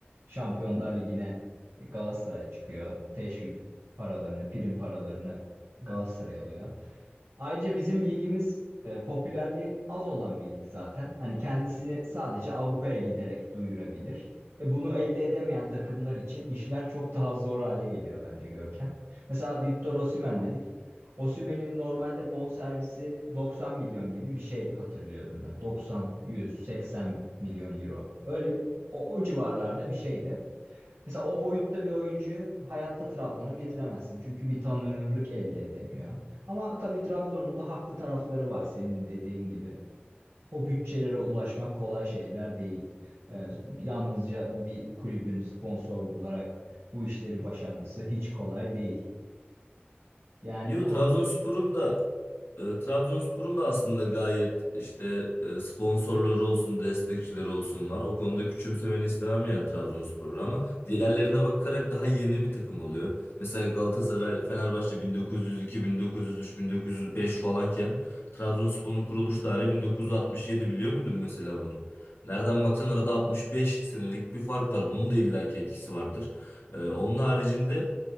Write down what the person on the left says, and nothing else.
<laughs>
Yo
Trabzonspor'un da E, Trabzonspor'un da aslında gayet işte e, sponsorları olsun, destekçileri olsun var. O konuda küçümsemeni istemem yani Trabzonspor'u ama diğerlerine bakarak daha yeni bir takım oluyor. Mesela Galatasaray, Fenerbahçe 1902, 1903, 1905 falanken Trabzonspor'un kuruluş tarihi 1967 biliyor muydun mesela bunu? Nereden baksan arada 65 senelik bir fark var. Bunun da illaki etkisi vardır. E, onun haricinde